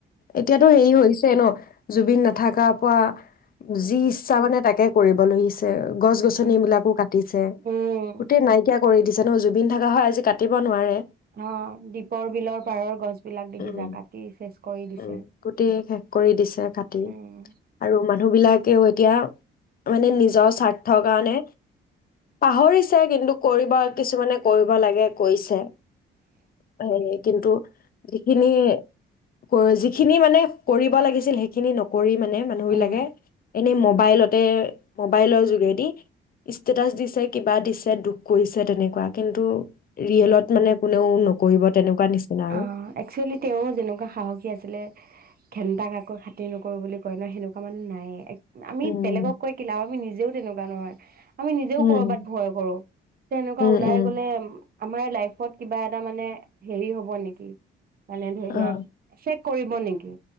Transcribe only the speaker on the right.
উম
উম
উম
অ, দীপৰ বিলৰ পাৰৰ গছ বিলাক দেখিছা
কাটি চেচ কৰি দিছে।
উম
উম
অ একচুৱেলি তেওঁৰ যেনেকুৱা সাহসী আছিলে, ঘেন্তা কাকো খাতি নকৰো, বুলি কই ন, সেনেকোৱা মানহ নাইয়ে, এক আমি
বেলেগক কৈ কি লাভ? আমি নিজ নিজও তেনেকুৱা নহয়। আমি নিজেও
কৰবাত ভয় কৰো, যে এনেকুৱা
ওলাই
গলে আমাৰ লাইফত কিবা এটা মানে, হেৰি হ'ব। হ'ব নেকি? মানে ধৰি লোৱা,
চেক কৰিব হব নেকি?